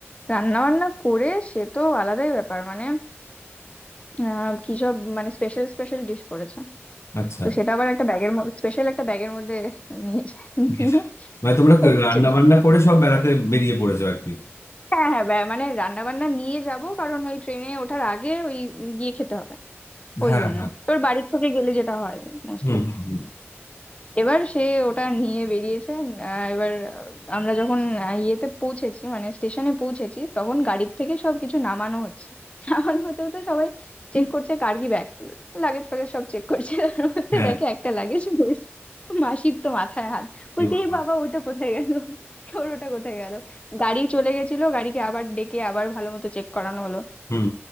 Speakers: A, on the left; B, on the left.
A: রান্না বান্না করে সে তো আলাদাই ব্যাপার মানে আহ কি সব মানে স্পেশাল স্পেশাল ডিশ করেছে
B: আচ্ছা
A: তো সেটা আবার একটা ব্যাগের স্পেশাল একটা ব্যাগের মধ্যে নিয়ে যায়
B: বেশ।
A: নিয়ে
B: মানে তোমরা
A: এসছে
B: রান্না বান্না করে সব বেড়াতে বেরিয়ে পড়েছো আর কি
A: হ্যাঁ হ্যাঁ ব্যা- মানে রান্না বান্না নিয়ে যাব কারণ ওই ট্রেনে ওঠার আগে ওই গিয়ে খেতে হবে ওই
B: হ্যাঁ
A: জন্য
B: হ্যাঁ
A: তোর বাড়ির থেকে গেলে যেটা হয় মোস্টলি
B: হুম হুম হুম
A: এবার সে ওটা নিয়ে বেরিয়েছে আহ, এবার আহ, আমরা যখন আহ, ইয়েতে পৌঁছেছি মানে স্টেশনে পৌঁছেছি তখন গাড়ির থেকে সবকিছু নামানো হচ্ছে <laughs> নামানো হতে হতে সবাই
B: হুম,
A: চেক করছে কার কি ব্যাগ লাগেজ ফ্যাগেজ সব চেক করছে তার মধ্যে
B: হ্যাঁ
A: দেখে একটা লাগেজ বেশ মাসির তো মাথায় হাত বলছে
B: এ বাবা
A: এ বাবা ওটা কোথায় গেল ওর ওটা কোথায় গেল গাড়ি চলে গেছিল গাড়িকে আবার ডেকে আবার ভালো মতো চেক করানো হলো
B: হুম